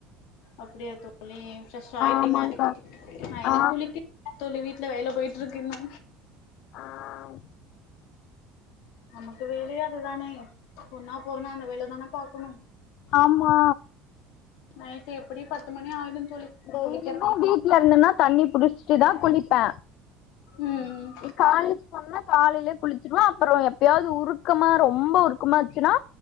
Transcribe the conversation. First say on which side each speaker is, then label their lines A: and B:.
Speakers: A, on the left; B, on the left.
A: அப்டியா தோழி ஃப்ரெஷ் ஆயிட்டிங்க
B: ஆமாங்க்கா
A: நா இன்னு
B: ஆ
A: குளிக்கி தோழி வீட்ல வேல போயிட்டுருக்கு இன்னு
B: ஆஹ்
A: நமக்கு வேலயே அதுதானே பொண்ணா போறனா அந்த வேல தான பாக்கணு
B: ஆமா
A: நைட்டு எப்டி பத்து மணி ஆயிடு தோழி நா
B: டெய்லியுமே
A: குளிக்கிறே
B: வீட்ல இருந்தேனா தண்ணி புடிச்சுட்டு தா குளிப்பே
A: ம்
B: இக்காலேஜ் போன காலேயிலே குளிச்சிருவோ அப்பறோ எப்பயாது உருக்கமா ரொம்ப உருக்கமாச்சுனா